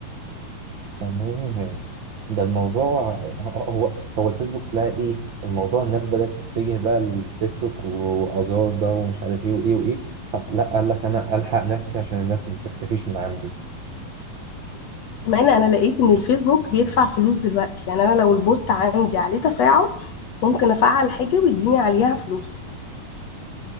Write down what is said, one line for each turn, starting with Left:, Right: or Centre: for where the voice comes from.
Right: تمام ده الموضوع هو هو الفيسبوك تلاقي ايه الموضوع الناس بدأت تتجه بقى للتيك توك وازار ده ومش عارف ايه وايه وايه فلا قال لك انا الحق نفسي عشان الناس ما تختفيش من عندي
Left: كمان انا لقيت ان الفيسبوك بيدفع فلوس دلوقتي يعني انا لو البوست عندي عليه تفاعل ممكن افعل حاجة ويديني عليها فلوس